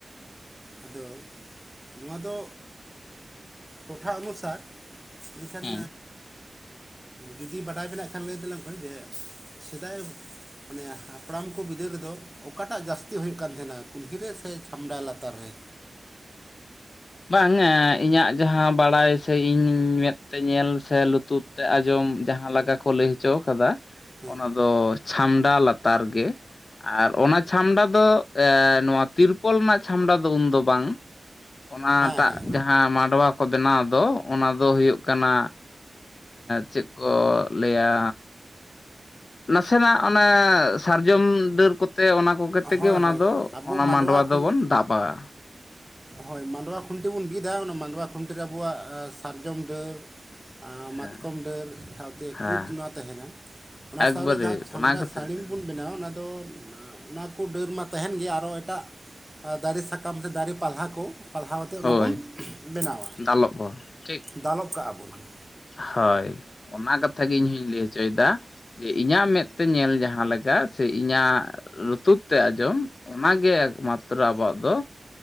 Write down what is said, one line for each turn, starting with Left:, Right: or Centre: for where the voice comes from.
Centre: ᱟᱫᱚ ᱱᱚᱣᱟ ᱫᱚ ᱴᱚᱴᱷᱟ ᱚᱱᱩᱥᱟᱨ ᱢᱮᱱᱠᱷᱟᱱ
Left: ᱦᱮᱸ
Centre: ᱡᱩᱫᱤ ᱵᱟᱰᱟᱭ ᱢᱮᱱᱟᱜ ᱠᱷᱟᱱ ᱞᱟᱹᱭ ᱫᱟᱞᱟᱝ ᱠᱷᱟᱱ ᱡᱮ ᱥᱮᱫᱟᱭ ᱢᱟᱱᱮ ᱦᱟᱯᱲᱟᱢ ᱠᱚ ᱵᱤᱫᱟᱹᱞ ᱨᱮᱫᱚ ᱚᱠᱟᱴᱟᱜ ᱡᱟᱹᱥᱛᱤ ᱦᱩᱭᱩᱜ ᱠᱟᱱ ᱛᱟᱦᱮᱱᱟ ᱠᱩᱞᱦᱤᱨ ᱨᱮ ᱥᱮ ᱪᱷᱟᱢᱰᱟ ᱞᱟᱛ ᱞᱟᱛᱟᱨ ᱨᱮ
Left: ᱵᱟᱝ ᱤᱧᱟᱹᱜ ᱡᱟᱦᱟᱸ ᱵᱟᱲᱟᱭ ᱥᱮ ᱤᱧ ᱢᱮᱫ ᱛᱮ ᱧᱮᱞ ᱥᱮ ᱞᱩᱛᱩᱨ ᱛᱮ ᱟᱸᱡᱚᱢ ᱡᱟᱦᱟᱸ ᱞᱮᱠᱟ ᱠᱚ ᱞᱟᱹᱭ ᱦᱚᱪᱚ ᱠᱟᱫᱟ
Centre: ᱦᱮᱸ
Left: ᱚᱱᱟ ᱫᱚ ᱪᱷᱟᱢᱰᱟ ᱞᱟᱛᱟᱨ ᱜᱮ ᱟᱨ ᱚᱱᱟ ᱪᱷᱟᱢᱰᱟ ᱫᱚ ᱱᱚᱣᱟ ᱛᱤᱨᱯᱚᱞ ᱨᱮᱱᱟᱜ ᱪᱷᱟᱢᱰᱟ ᱫᱚ ᱩᱱᱫᱚ ᱵᱟᱝ ᱚᱱᱟᱴᱟᱜ
Centre: ᱦᱮᱸ ᱦᱮᱸ
Left: ᱡᱟᱦᱟᱸ ᱢᱟᱰᱚᱣᱟ ᱠᱚ ᱵᱮᱱᱟᱣ ᱫᱚ ᱚᱱᱟ ᱫᱚ ᱦᱩᱭᱩᱜ ᱠᱟᱱᱟ ᱪᱮᱫ ᱠᱚ ᱞᱟᱹᱭᱟ ᱱᱟᱥᱮᱱᱟᱜ ᱚᱱᱮ ᱥᱟᱨᱡᱚᱢ ᱰᱟᱹᱨ ᱠᱚᱛᱮ ᱚᱱᱟ ᱠᱚᱜᱮ ᱛᱮᱜᱮ
Centre: ᱦᱳᱭ
Left: ᱚᱱᱟ
Centre: ᱦᱳᱭ
Left: ᱫᱚ
Centre: ᱟᱵᱚ
Left: ᱚᱱᱟ ᱢᱟᱰᱣᱟ
Centre: ᱠᱷᱚᱱ
Left: ᱫᱚᱵᱚᱱ ᱫᱟᱵᱟᱼᱟ
Centre: ᱦᱳᱭ ᱢᱟᱰᱣᱟ ᱠᱷᱩᱱᱴᱤ ᱵᱤᱱ ᱵᱤᱫ ᱟ ᱚᱱᱟ ᱢᱟᱰᱣᱟ ᱠᱷᱩᱱᱴᱤ ᱨᱮ ᱟᱵᱚᱣᱟᱜ ᱥᱟᱨᱡᱚᱢ ᱰᱟᱹᱨ
Left: ᱦᱮᱸ
Centre: ᱢᱟᱛᱠᱚᱢ ᱰᱟᱹᱨ ᱥᱟᱶᱛᱮ
Left: ᱦᱮᱸ
Centre: ᱠᱩᱛ ᱱᱚᱣᱟ ᱛᱟᱦᱮᱱᱟ ᱚᱱᱟ
Left: ᱮᱠᱵᱟᱨᱮ
Centre: ᱥᱟᱶᱛᱮ ᱡᱟᱦᱟᱸ ᱪᱷᱟᱢᱰᱟ
Left: ᱚᱱᱟ ᱠᱷᱟᱹᱛᱤᱨ
Centre: ᱥᱟᱹᱲᱤᱢ
Left: ᱛᱮ
Centre: ᱵᱩᱱ ᱵᱮᱱᱟ ᱚᱱᱟ ᱫᱚ ᱚᱱᱟ ᱠᱚ ᱰᱟᱹᱨ ᱢᱟ ᱛᱟᱦᱮᱱ ᱜᱮᱭᱟ ᱟᱨᱚ ᱮᱴᱟᱜ ᱫᱟᱨᱮ ᱥᱟ ᱠᱟᱢ ᱥᱮ ᱫᱟᱨᱮ ᱯᱟᱞᱦᱟ ᱠᱚ ᱯᱟᱞᱦᱟ ᱟᱛᱮ
Left: ᱦᱳᱭ
Centre: ᱚᱱᱟ ᱵᱚᱱ ᱵᱮᱱᱟᱣᱟ
Left: ᱫᱟᱞᱚᱵ ᱵᱚ ᱴᱷᱤᱠ
Centre: ᱫᱟᱞᱚᱵ ᱠᱟᱜᱼᱟ ᱵᱚᱱ ᱦᱳᱭ
Left: ᱦᱳᱭ ᱚᱱᱟ ᱠᱟᱛᱷᱟ ᱜᱮ ᱤᱧ ᱦᱚᱧ ᱞᱟᱹᱭ ᱦᱚᱪᱚᱭᱮᱫᱟ ᱡᱮ ᱤᱧᱟᱹᱜ ᱢᱮᱫ ᱛᱮ ᱧᱮᱞ ᱡᱟᱦᱟᱸ ᱞᱮᱠᱟ ᱥᱮ ᱤᱧᱟᱹᱜ ᱞᱩᱛᱩᱨ ᱛᱮ ᱟᱸᱡᱚᱢ ᱚᱱᱟᱜᱮ ᱮᱠᱢᱟᱛᱨᱚ ᱟᱵᱚᱣᱟᱜ ᱫᱚ